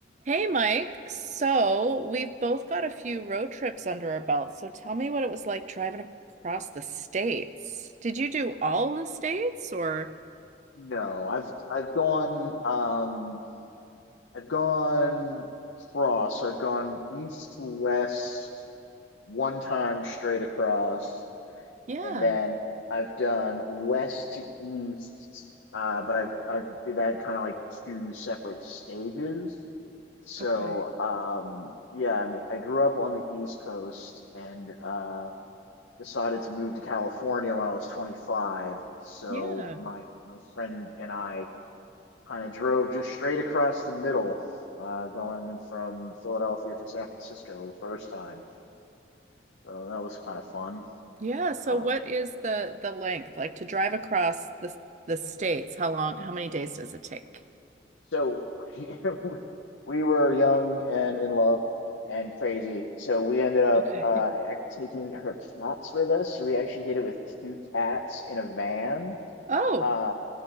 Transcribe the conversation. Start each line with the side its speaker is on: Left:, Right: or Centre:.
Right: Hey Mike, so we've both got a few road trips under our belts. So tell me what it was like driving across the states. Did you do all the states or?
Left: No, I've I've gone um I've gone cross. So I've gone east to west one time straight across,
Right: Yeah.
Left: and then I've done west to east. Uh, but I've I've did that kind of like two separate stages. So
Right: Okay.
Left: um yeah, I mean I grew up on the East Coast and uh decided to move to California when I was 25. So
Right: Yeah.
Left: my my friend and I I drove just straight across the middle, uh, going from Philadelphia to San Francisco the first time. So that was kind of fun.
Right: Yeah. So
Left: Uh,
Right: what is the the length like to drive across the the states? How long? How many days does it take?
Left: so <laughs> we we were young and in love and crazy. So we ended up
Right: Okay.
Left: uh, taking her cats with us. So we actually did it with two cats in a van.
Right: Oh,
Left: Uh,